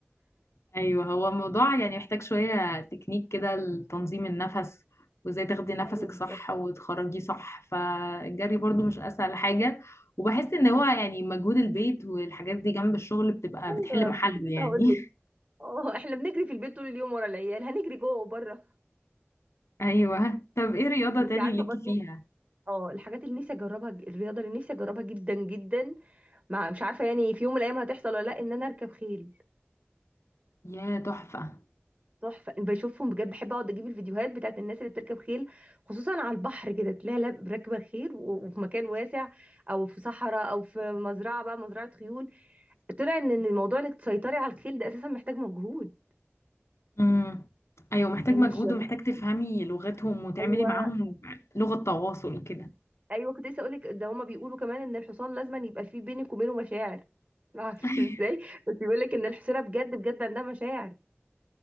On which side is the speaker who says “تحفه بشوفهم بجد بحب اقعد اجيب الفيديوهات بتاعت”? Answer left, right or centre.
Right